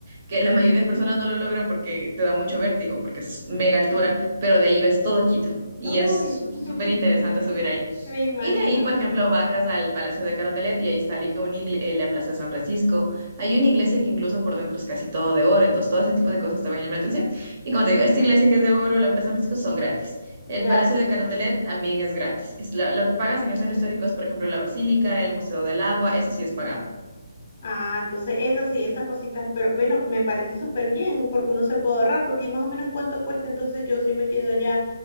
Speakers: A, on the right (about 40°); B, on the left (about 45°).
A: que la mayoría de personas no lo logra porque te da mucho vértigo, porque es mega altura, pero de ahí ves todo Quito y
B: Uy,
A: es
B: <laughs>
A: súper interesante subir ahí.
B: me imagino,
A: Y de ahí, por ejemplo, bajas al Palacio de Carondelet y ahí está li- un igle- eh, la Plaza de San Francisco. Hay una iglesia que incluso por dentro es casi todo de oro, entonces todo ese tipo de cosas te van a llamar la atención. Y como te digo, esta iglesia que es de oro, la Plaza de San Francisco son gratis. El
B: gratis.
A: Palacio de Carondelet también es gratis. Es la- lo que pagas en el centro histórico es, por ejemplo, la Basílica, el Museo del Agua, eso sí es pagado.
B: Ah, entonces esas sí, esas cositas, pero bueno, me parece súper bien porque uno se puede ahorrar, porque más o menos cuánto cuesta, entonces yo sí me quedo allá